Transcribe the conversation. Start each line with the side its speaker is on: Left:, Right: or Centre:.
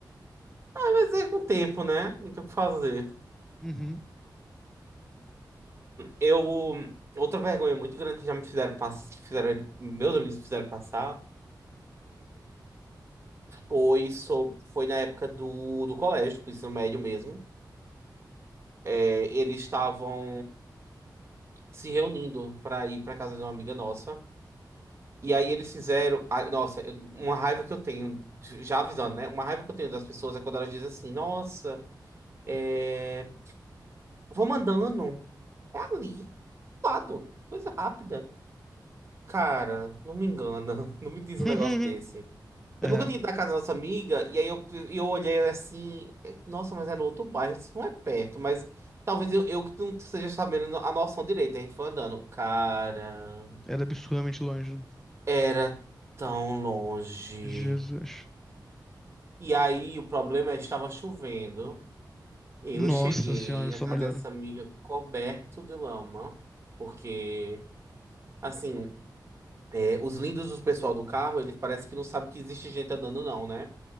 Right: É, Mas é com o tempo, né? Não tem o que fazer.
Centre: Uhum.
Right: Eu. Outra vergonha muito grande que já me fizeram passar, que fizeram, meus amigos fizeram passar, foi, so, foi na época do, do colégio, do ensino médio mesmo. É, eles estavam se reunindo para ir para casa de uma amiga nossa. E aí eles fizeram. ai, nossa, eu- uma raiva que eu tenho, já avisando, né? Uma raiva que eu tenho das pessoas é quando elas dizem assim: Nossa, é, vou mandando. É ali, do lado, coisa rápida. Cara, não me engana, <laughs> não me diz
Centre: <laughs>
Right: um negócio desse.
Centre: É,
Right: Eu nunca tinha ido na casa da nossa amiga, e aí eu, eu olhei assim: é, Nossa, mas é no outro bairro, isso não é perto, mas talvez eu, eu que não esteja sabendo a noção direita. A gente foi andando. Cara,
Centre: era absurdamente longe. né?
Right: era tão longe.
Centre: Jesus.
Right: E aí o problema é que estava chovendo. Eu
Centre: Nossa
Right: cheguei
Centre: senhora,
Right: na
Centre: só
Right: casa
Centre: melhora.
Right: dessa amiga coberto de lama, porque assim, é, os lindos do pessoal do carro, eles parece que não sabem que existe gente andando não, né?